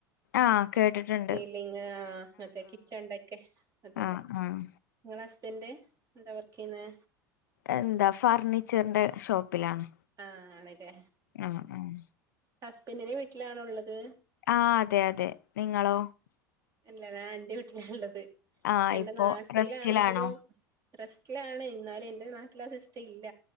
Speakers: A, on the left; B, on the right.
A: ആഹ് കേട്ടിട്ടുണ്ട്
B: സീലിങ് ആഹ് അതെ കിച്ചന്റെ ഒക്കെ അതിന്റെ
A: ആഹ്
B: നിങ്ങള
A: ആഹ്
B: ഹസ്ബൻഡ് എന്താ വർക്ക് ചെയ്യുന്നെ
A: എന്താ ഫർണിച്ചറിന്റെ ഷോപ്പിലാണ്
B: ആഹ് ആണില്ലേ
A: ആഹ് ആഹ്
B: ഹസ്ബൻഡെ വീട്ടിലാണുള്ളത്
A: ആ അതെ അതെ നിങ്ങളോ
B: അല്ല ഞാൻ എന്റെവീട്ടില ഉള്ളത്
A: ആഹ്
B: എന്റെ
A: ഇപ്പോ
B: നാട്ടിലാണെങ്കിലും
A: റെസ്റ്റിലാണോ
B: റെസ്റ്റിലാണ് ഇന്നാലും എന്റെ നാട്ടിൽ ആ സിസ്റ്റം ഇല്ല